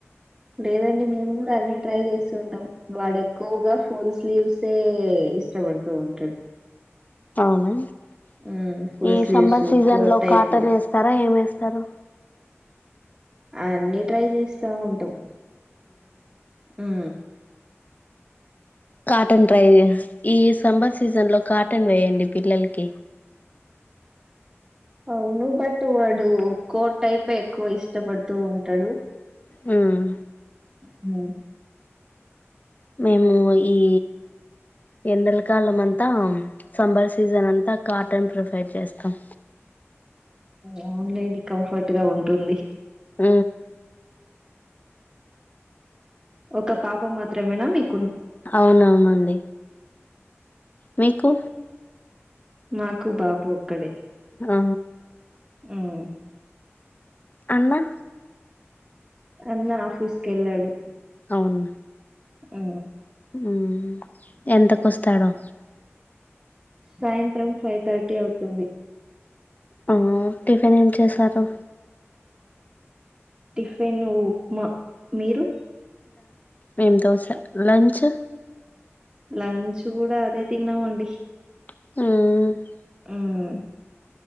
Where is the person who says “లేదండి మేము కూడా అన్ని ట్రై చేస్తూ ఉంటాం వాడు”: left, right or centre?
Right